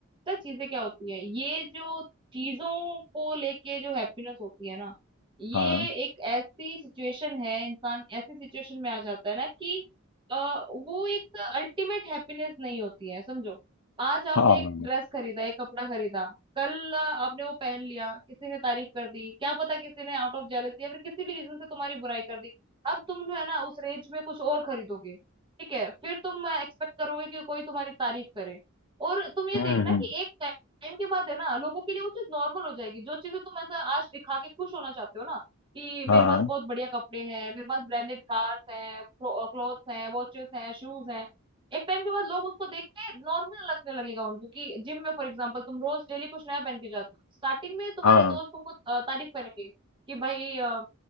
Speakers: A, on the right (about 25°); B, on the left (about 85°).
A: सर चीजें क्या होती है ये जो चीजों को लेके जो हैप्पीनेस होती है ना ये
B: हाँ
A: एक ऐसी सिचुएशन है इंसान ऐसी सिचुएशन में आ जाता है ना कि अ, वो एक अल्टीमेट हैप्पीनेस नहीं होती है समझो आज आपने
B: हाँ हाँ
A: एक
B: हाँ।
A: ड्रेस खरीदा एक कपड़ा खरीदा कल अ, आपने वो पहन लिया किसी ने तारीफ कर दी क्या पता किसी ने आउट ऑफ जेलसी या फिर किसी भी रीजन से तुम्हारी बुराई कर दी अब तुम जो है ना उस रेंज में कुछ और खरीदोगे ठीक है फिर तुम एक्सपेक्ट करोगे कि कोई तुम्हारी तारीफ करे और तुम ये
B: हम्म
A: देखना
B: हम्म
A: कि एक टाइम के बाद है ना लोगों के लिए वो चीज नॉर्मल हो जाएगी जो चीजें तुम ऐसा आज दिखा के खुश होना चाहते हो ना कि मेरे
B: हाँ
A: पास
B: हाँ
A: बहुत बढ़िया कपड़े हैं मेरे पास ब्रांडेड कार्स हैं क्लोथ्स हैं वॉचेस हैं शूज हैं एक टाइम के बाद लोग उसको देख के नॉर्मल लगने लगेगा उनको कि जिम में फॉर एग्जांपल तुम रोज डेली कुछ नया पहन के जाते हो स्टार्टिंग में तुम्हारे
B: हाँ
A: दोस्त तुमको अ, तारीफ करेंगे कि भाई अ,